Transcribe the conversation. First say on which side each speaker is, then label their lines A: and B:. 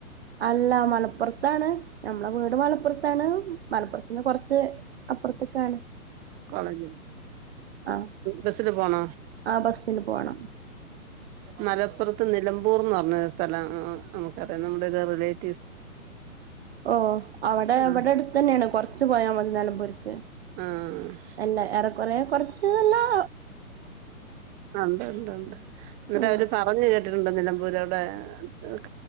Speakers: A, on the right; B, on the right.
A: അല്ല മലപ്പുറത്താണ് നഞമ്മള വീട് മലപ്പുറത്താണ് മലപ്പുറത്തന്ന് കുറച്ച് അപ്പുറത്തൊക്കാണ്
B: കോളേജ്
A: ആഹ്
B: ബസില് പോണ
A: ആഹ് ബസ്സിന് പോണം
B: മലപ്പുറത്ത് നിലമ്പൂർന്ന് പറ- സ്ഥലം നമുക്കറിയാം നമ്മുടെ ഒരു റിലേ-
A: ഓ അവിടെ
B: ആ
A: അവിടെ അടുത്ത് തന്നെയാണ് കൊറച്ച് പോയാൽ മതി നിലമ്പൂരിക്ക്
B: ആ
A: അല്ല ഏറെക്കൊറേ- കുറച്ച് നല്ല-
B: ഉണ്ട് ഉണ്ട് ഉണ്ട് എന്നിട്ട്
A: ആഹ്
B: അവര് പറഞ്ഞു കേട്ടിട്ടുണ്ട് നിലമ്പൂര് അവിടെ <unintelligible>